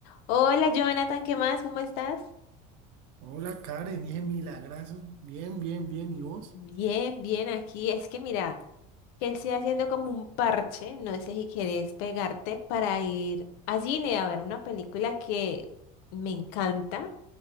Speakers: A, on the left; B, on the right.
A: Hola Jonathan, ¿qué más? ¿Cómo estás?
B: Hola Karen, dije milagrazo. Bien, bien, bien. ¿Y vos?
A: Bien, bien, aquí. Es que mira, que estoy haciendo como un parche, no sé si quieres pegarte para ir a cine a ver una película que me encanta